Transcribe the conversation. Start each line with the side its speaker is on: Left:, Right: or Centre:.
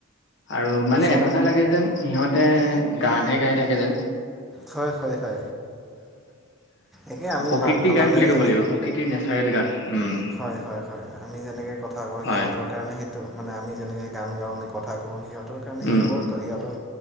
Left: আৰু মানে
Centre: চব
Left: এনেকুৱা লাগে যেন সিহঁতে গানহে গাই থাকে যেন।
Centre: হয়, হয়, হয়। একে আমি
Left: প্ৰকৃতিৰ
Centre: মা
Left: গান
Centre: মানুহে
Left: বুলি ক'ব
Centre: যেনে
Left: লাগিব প্ৰকৃতিৰ নেচাৰেল গান। উম
Centre: হয়, হয়, হয় আমি যেনেকে কথা কওঁ
Left: হয়
Centre: সিহঁতৰ কাৰণে সেইটো মানে আমি যেনেকৈ গান গাওঁ আমি কথা কওঁ সিহঁতৰ কাৰণে
Left: উম
Centre: সেইবোৰৰ সিহঁতৰ